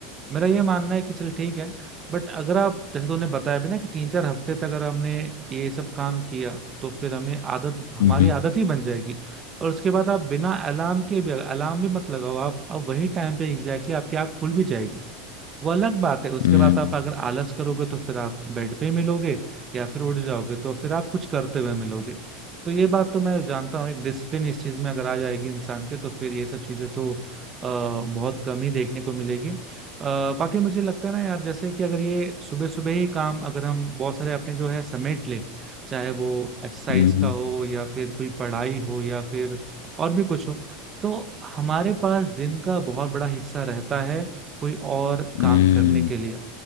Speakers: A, on the right; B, on the left.
A: मेरा ये मानना है कि चल ठीक है बट अगर आप जैसे तूने बताया भी ना कि तीन चार हफ्ते तक अगर हमने ये सब काम किया तो फिर हमें आदत हमारी
B: हम्म
A: आदत ही बन जाएगी और उसके बाद आप बिना अलार्म के भी अलार्म भी मत लगाओ आप अब वही टाइम पे एग्जैक्टली आपकी आँख खुल भी जाएगी वो अलग बात है उसके
B: हम्म
A: बाद आप अगर आलस करोगे तो फिर आप बेड पे मिलोगे या फिर उठ जाओगे तो फिर आप कुछ करते हुए मिलोगे तो ये बात तो मैं जानता हूँ एक डिसिप्लिन इस चीज में अगर आ जाएगी इंसान के तो फिर ये सब चीजें तो आ, बहुत कम ही देखने को मिलेगी आ, बाकी मुझे लगता है ना यार जैसे कि अगर ये सुबह सुबह ही काम अगर हम बहुत सारे अपने जो है समेट लें चाहे वो एक्सरसाइज
B: हम्म
A: का हो या फिर कोई पढ़ाई हो या फिर और भी कुछ हो तो हमारे पास दिन का बहुत बड़ा हिस्सा रहता है कोई और काम
B: हम्म
A: करने के लिए